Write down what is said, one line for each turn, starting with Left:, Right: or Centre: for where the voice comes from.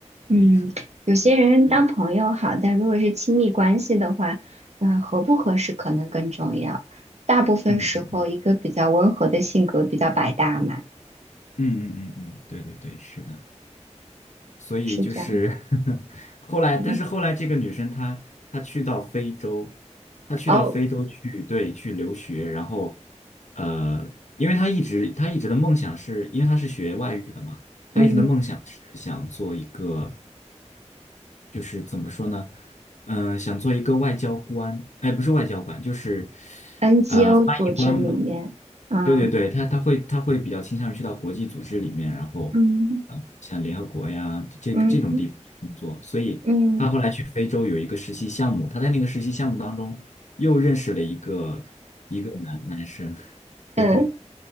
Right: 嗯，
Left: 可以说，
Right: 有些人当朋友好，
Left: 对，
Right: 但如果是亲密关系的话，那合不合适可能更重要。大部分时候，
Left: 嗯嗯嗯
Right: 一个比较温和的性格比较百搭嘛，
Left: 嗯嗯嗯嗯，对对对，是的。所以就是
Right: 是这样。
Left: <laughs> 后来，
Right: 嗯，
Left: 但是后来这个女生她她去到非洲，她去到非洲去，
Right: 哦。
Left: 对，去留学，然后呃，因为她一直她一直的梦想是，因为她是学外语的嘛，她一直的梦想是想做一个，
Right: 嗯，
Left: 就是怎么说呢，嗯、想做一个外交官，哎，不是外交官，就是
Right: NGO
Left: 呃翻译官吧。
Right: 组织里面，嗯
Left: 对对对，他他会他会比较倾向于去到国际组织里面，然后啊、
Right: 嗯，
Left: 呃像联合国呀这这种地方去工作，
Right: 嗯
Left: 所以他后来去非洲有一个实习项目，
Right: 嗯
Left: 他在那个实习项目当中又认识了一个一个男男生，<laughs> 对，
Right: 嗯